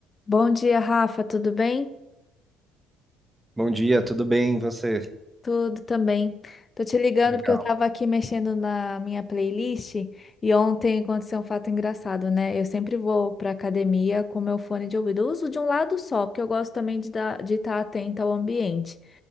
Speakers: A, on the left (about 30°); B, on the right (about 15°).
A: Bom dia, Rafa, tudo bem?
B: Bom dia, tudo bem? E você?
A: Tudo também. Tô te ligando
B: Legal.
A: porque eu tava aqui mexendo na minha playlist e ontem aconteceu um fato engraçado, né? Eu sempre vou pra academia com meu fone de ouvido. Eu uso de um lado só, porque eu gosto também de dar, de estar atenta ao ambiente.